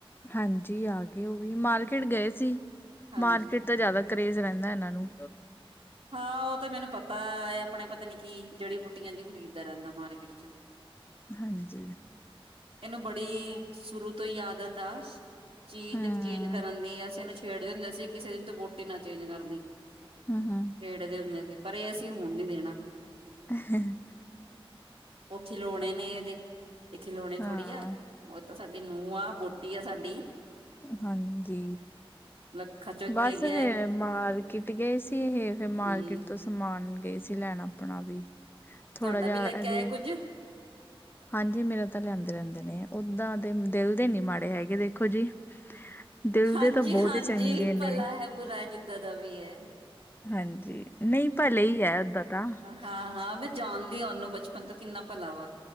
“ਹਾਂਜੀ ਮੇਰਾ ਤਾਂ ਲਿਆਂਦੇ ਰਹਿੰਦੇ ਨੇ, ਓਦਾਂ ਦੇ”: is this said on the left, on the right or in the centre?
Left